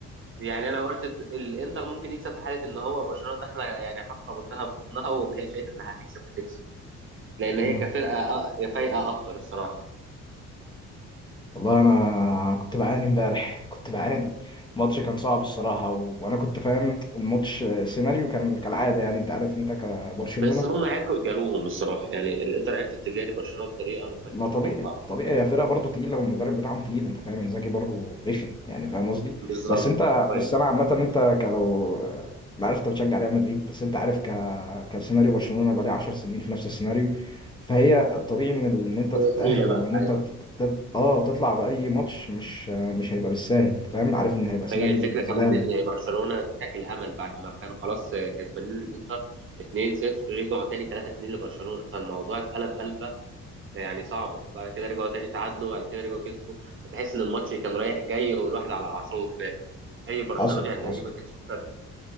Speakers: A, on the right (about 40°); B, on the left (about 15°).
A: يعني انا قلت الد- الانتر ممكن يكسب في حاله ان هو برشلونه داخله يعني حاطه بطها في بطنها وان هي شايفه انها هتكسب هتكسب لان هي
B: آه.
A: كفرقه أ- فايقه اكتر الصراحه
B: والله انا كنت بعاني امبارح كنت بعاني الماتش كان صعب الصراحه و... وانا كنت فاهم الماتش آه، سيناريو كان كالعاده يعني انت عارف انت كبرشلونه
A: بس هم عرفوا يجاروهم الصراحه يعني الانتر عرفت تجاري برشلونه بطريقه ما كانتش
B: ما طبيعي
A: متوقعه
B: طبيعي هي فرقه برضه تقيله والمدرب بتاعهم تقيل انت فاهم انزاجي برضه رخم يعني فاهم قصدي
A: بالظبط
B: بس انت
A: أيوة.
B: بس انا عامه انت كلو انا عارف انت بتشجع ريال مدريد بس انت عارف ك كسيناريو برشلونه بقالي 10 سنين في نفس السيناريو فهي الطبيعي ان ال- ان انت تتاهل
A: هي تقيله بقى
B: او ان انت
A: أيوة.
B: تت... تت- اه تطلع باي ماتش مش مش هيبقى بالسهل انت فاهم عارف ان هيبقى سيناريو
A: هي الفكره
B: زباله
A: كمان ان برشلونه انتهك الامل بعد ما كانوا خلاص كسبانين الانتر 2-0 رجعوا تاني 3-2 لبرشلونه فالموضوع اتقلب قلبه يعني صعبه بعد كده رجعوا تاني تعادلوا بعد كده رجعوا كسبوا فتحس ان الماتش كان رايح جاي والواحد على اعصابه امبارح اي برشلوني
B: حصل حصل
A: هتلاقيه ما كانش مصدق